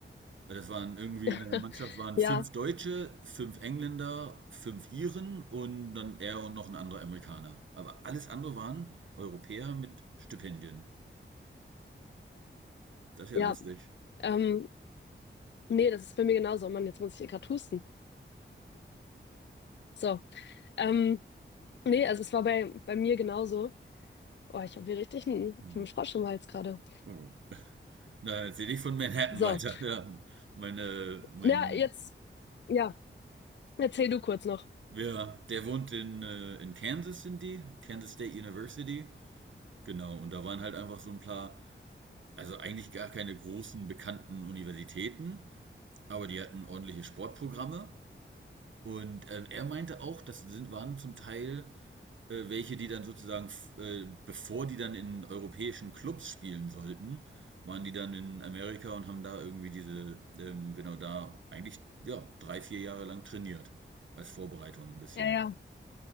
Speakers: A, on the right (about 70°); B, on the left (about 60°).
A: Ja, Das waren irgendwie
B: <laughs>
A: in der Mannschaft waren
B: ja,
A: fünf Deutsche, fünf Engländer, fünf Iren und dann er und noch ein anderer Amerikaner. Aber alles andere waren Europäer mit Stipendien. Das ist ja
B: ja.
A: lustig.
B: Ähm, nee, das ist bei mir genauso. Oh Mann, jetzt muss ich hier gerade husten. So. Ähm, Nee, also es war bei, bei mir genauso. Oh, ich habe hier richtig einen,
A: Hm.
B: einen Frosch im Hals gerade.
A: Oh. Na, erzähl ich von Manhattan
B: So,
A: weiter. Ja. Meine, mein,
B: na, jetzt, ja, erzähl du kurz noch.
A: ja, der wohnt in, äh, in Kansas, sind die, Kansas State University. Genau, und da waren halt einfach so ein paar, also eigentlich gar keine großen bekannten Universitäten, aber die hatten ordentliche Sportprogramme. Und äh, er meinte auch, das sind, waren zum Teil äh, welche, die dann sozusagen, äh, bevor die dann in europäischen Clubs spielen sollten, waren die dann in Amerika und haben da irgendwie diese, ähm, genau da eigentlich, ja, drei, vier Jahre lang trainiert. Als Vorbereitung ein bisschen.
B: Ja, ja.